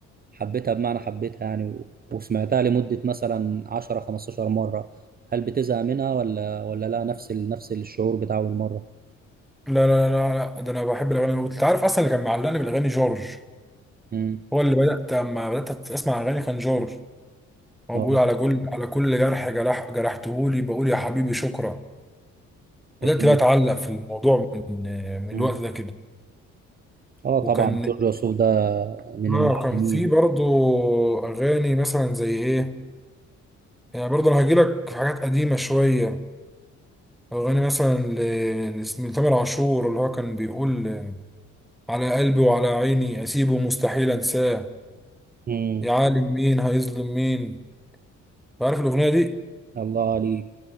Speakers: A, on the right; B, in the centre.
A: حبيتها بمعنى حبيتها يعني و... وسمعتها لمده مثلا 10 15 مره هل بتزهق منها ولا ولا لا نفس ال... نفس الشعور بتاع اول مره
B: لا لا لا لا ده انا بحب الاغاني وانت عارف اصلا اللي كان معلقني بالاغاني جورج
A: امم
B: هو اللي بدات لما بدات اسمع اغاني كان جورج هو
A: اه
B: بيقول على كل على كل جرح جرح جرحتهولي بقول يا حبيبي شكرا
A: اكيد
B: بدأت بقى أتعلق في الموضوع من من الوقت
A: امم
B: ده كده
A: اه
B: وكان
A: طبعا جورج وسوف ده من المعلمين
B: آه كان في برضو أغاني مثلا زي إيه يعني برضو أنا هجيلك في حاجات قديمة شوية أغاني مثلا ل- لس- لتامر عاشور اللي هو كان بيقول على قلبي وعلى عيني أسيبه مستحيل أنساه
A: امم
B: يا عالم مين هيظلم مين عارف الأغنية دي؟
A: الله عليك